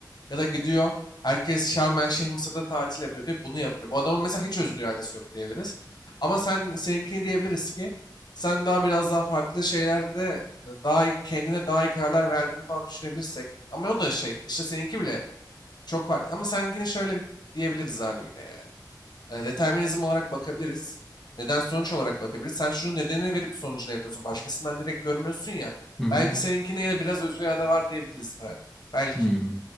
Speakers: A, on the left; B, in the centre.
A: Ya da gidiyor herkes Şarm El Şeyh Mısır'da tatil yapıyor diye bunu yapıyor. Bu adamın mesela hiç özgür iradesi yok diyebiliriz. Ama sen seninkini diyebiliriz ki sen daha biraz daha farklı şeylerde e, daha iyi, kendine daha iyi kararlar verdiğini falan düşünebilirsek. Ama o da şey işte seninki bile çok farklı. Ama seninkini şöyle bir diyebiliriz abi yine ya. E, determinizm olarak bakabiliriz. Neden sonuç olarak bakabiliriz. Sen şunun nedenini verip sonucunu yapıyorsun. Başkasından direkt görmüyorsun ya.
B: Hı hı.
A: Belki seninkine ya da biraz özgür irade var diyebiliriz herhalde. Belki.
B: Hı